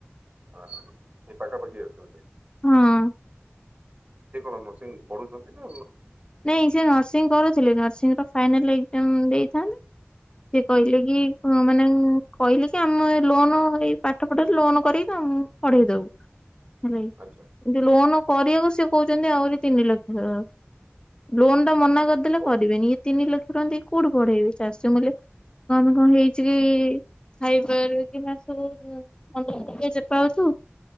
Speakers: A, on the right (about 40°); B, on the left (about 20°).
A: ହଁ ହ ଏ ପାଖାପାଖି ଅଛିନ୍ତି।
B: ହଁ।
A: ସେ କଣ ନରସିଂ ପଢୁଛନ୍ତି ନା
B: ନାଇଁ ସେ ନର୍ସିଂ କରୁଥିଲେ ନର୍ସିଂ ର ଫାଇନାଲ ଏକ୍ଜାମ ଦେଇଥାନ୍ତେ। ସେ କହିଲେ କି ମାନେ କହିଲେ କି ଆମେ ଲୋନ ଏଇ ପାଠ ପଢାରେ ଲୋନ କରିକି ଆମ ପଢେଇ ଦବୁ ନାଇଁ
A: ଆଛା।
B: ଯୋ ଲୋନ୍ କରିବାକୁ ସେ କହୁଛନ୍ତି ଆହୁରି ତିନି ଲକ୍ଷ ଲୋନ ଟା ମନା କରିଦେଲେ
A: ହଉ।
B: କରିବେନି ଇଏ ତିନି ଲକ୍ଷ ଟନ୍ତି କୋଉଠି ପଢେଇବେ ଚାଷୀ ମୁଲିଆ। କଣ କଣ ହେଇଛି କି ଖାଇପାର କି ମାସ ପନ୍ଦର ଦ <unintelligible> ପାଉଛୁ